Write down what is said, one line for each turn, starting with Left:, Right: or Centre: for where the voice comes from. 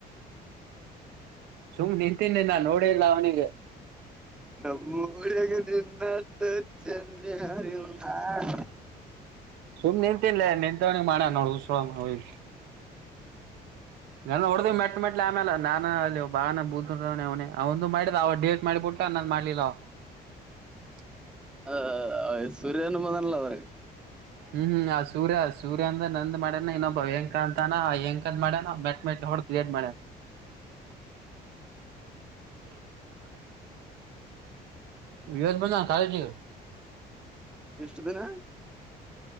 Right: <unintelligible> ಸುಮ್ಮ ನಿಂತೀನಿ ನಾ ನೋಡಿಲ್ಲ ಅವನಿಗೆ? <unintelligible>
Centre: ನಮ್ಮೂರಿನಾಗ ನಿನ್ನಂತ <inaudible> <unintelligible> ಚಂದ ಯಾರು ಇಲ್ಲಾ? <unintelligible>
Right: ಸುಮ್ಮ ನಿಂತಿನ ಲೇ ನಿಂತವನಿಗ ಮಾಡ್ಯಾನ ನೋಡ ಹುಚ್ಚುಸೂಳೇಮಗ ವೈದೊಂದ್? <unintelligible> ನಾನ್ ಹೊಡಿದೇ ಮೆಟ್ ಮೆಟ್ ಲೇ ಆಮೇಲೆ ನಾನ ಅಲ್ಲಿ ಬಾನ ಬುತದೇವನೇ ಅವನಂದು ಮಾಡಿದ ಅವ ಡೇಟ್ ಮಾಡಿಬುಟ್ಟ <unintelligible> ಊಟ ನಂದ ಮಾಡಲಿಲ್ಲ ಅವ <unintelligible>
Centre: ಹ ಸೂರ್ಯ ಅನು ಬಂದಾನ ಅಲ್ಲ ಅದರಾಗ? <unintelligible>
Right: ಹು ಆ ಸೂರ್ಯ ಸೂರ್ಯ ಅಂದ ನಂದ್ ಮಾಡ್ಯನ ಇನ್ನೊಬ್ಬ ಏನ್ ಕಾಂತನ ಹೆಂಕಂದ್ ಮಾಡ್ಯಾನೋ ಮೆಟ್ ಮೆಟ್ <unintelligible> ದೊಡ್ಡ ಕ್ರಿಯೆಟ್ ಮಾಡ್ಯಾನ? <unintelligible> ಇವತ್ತ್ ಬಂದ ನಂದ ಆಯ್ತ್ ಈಗ. <unintelligible>
Centre: ಇಷ್ಟ ದಿನ. <unintelligible>